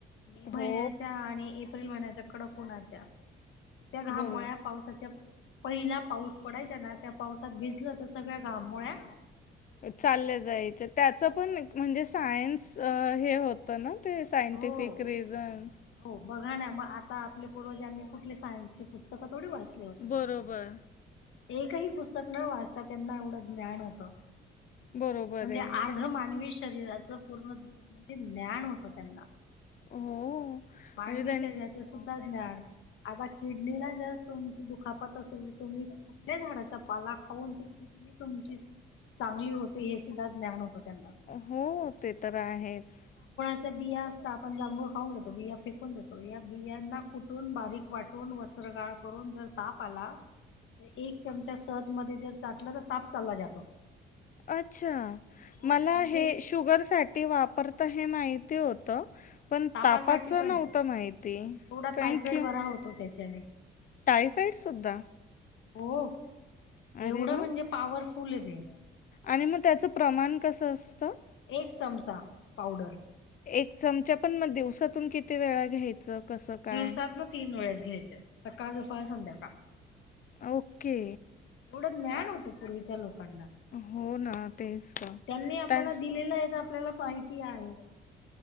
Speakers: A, on the left (about 75°); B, on the left (about 45°).
A: मे
B: हो
A: महिन्याच्या आणि ए अप्रिल महिन्याच्या कडक उन्हाच्या त्या घामुळ्या
B: बरोबर
A: पावसाच्या पहिला पाऊस पडायचा ना त्या पावसात भिजलं तर सगळ्या घामुळ्या
B: चालल्या जायच्या त्याच पण म्हणजे सायन्स हे हो होतं ना ते सायंटिफिक
A: हो
B: रिजन?
A: हो बघा ना मग आता आपल्या पूर्वजांनी कुठले सायन्सची पुस्तकं थोडी वाचली.
B: बरोबर
A: एकही पुस्तक न वाचता त्यांना एवढं ज्ञान होतं.
B: बरोबर
A: म्हणजे
B: आहे.
A: अर्ध मानवी शरीराचं पूर्ण म्हणजे ज्ञान होतं त्यांना
B: हो.
A: मानवी
B: म्हणजे त्यां
A: शरीराचे सुद्धा ज्ञान आता किडनीला जर तुमची दुखापत असेल. तर तुम्ही कुठल्या झाडाचा पाला खाऊन ती किडनी तुमची चांगली होते हे सुद्धा ज्ञान होतं. त्यांना
B: हो. ते तर आहेच.
A: त्या बिया असता आपण जांभूळ खाऊ घेतो बिया फेकून घेतो या बियांना कुटून बारीक वाटून वाटून वस्त्रगाळ करून जर ताप आला तर एक चमचा सध मध्ये जर चाटलं तर ताप चालला जातो
B: अच्छा!
A: हो
B: मला
A: म्हणजे
B: हे शुगरसाठी वापरतं हे माहिती ते होत पण
A: तापासाठी
B: तापाच नव्हतं
A: पण
B: माहिती
A: एवढा
B: थँक
A: टायफाईड
B: यू.
A: बरा होतो त्याच्याने
B: टायफाईडसुद्धा?
A: हो एवढं
B: अरे वाह!
A: म्हणजे पॉवरफुल हे ते
B: आणि मग त्याचं प्रमाण कसं असतं?
A: एक चमचा, पावडर
B: एक चमचा पण मग दिवसातून किती वेळा घ्यायचं? कसं काय?
A: दिवसात ना तीन वेळेस घ्यायचे सकाळ, दुपार, संध्याकाळ.
B: ओके
A: एवढं ज्ञान
B: आ,
A: होतं पूर्वीच्या लोकांना
B: हो ना तेच तर
A: त्यांनी आपल्याला
B: त्या
A: दिलेलं आहे तर, आपल्याला माहिती आहे.